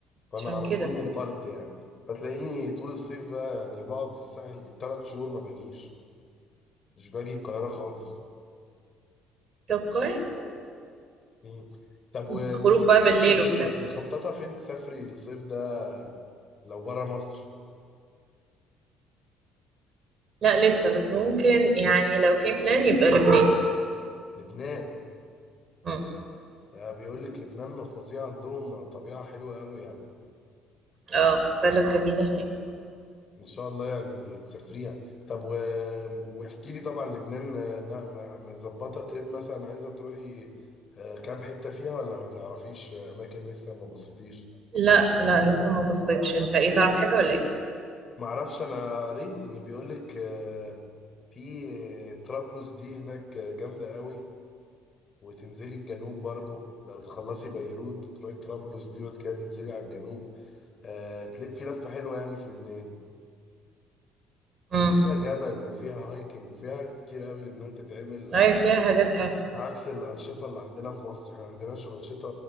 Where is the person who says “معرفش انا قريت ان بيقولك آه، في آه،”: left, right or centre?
Left